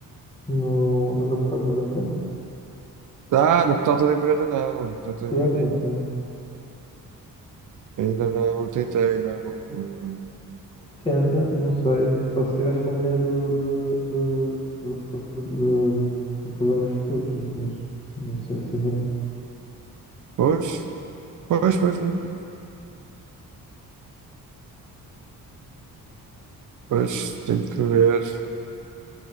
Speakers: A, on the left; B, on the right.
A: no, mas no portátil da empresa?
B: Ah, no portal da empresa não, no portal
A: Tenta,
B: da empresa ainda
A: então.
B: não. Ainda não tentei, não. Hum,
A: Tenta, não sei. Só se estiveres com medo de, de, de, recorpor- de- de problemas futuros, mas não sei se haverá.
B: Pois, pois, pois, pois, pois, Pois, tenho que ver,